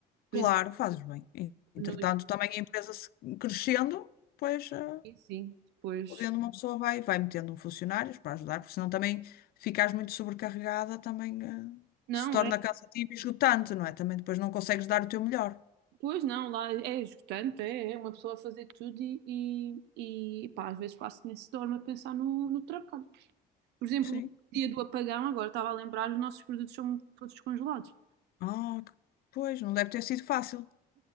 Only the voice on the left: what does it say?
Claro,
fazes bem. E, Entretanto,
também a empresa se- crescendo, pois, eh,
podendo uma pessoa vai, vai metendo funcionários para ajudar, porque senão também ficares muito sobrecarregada, também, eh,
se torna
cansativo e esgotante, não é? Também depois não consegues dar o teu melhor.
Sim.
Ah, que- pois, não deve ter sido fácil.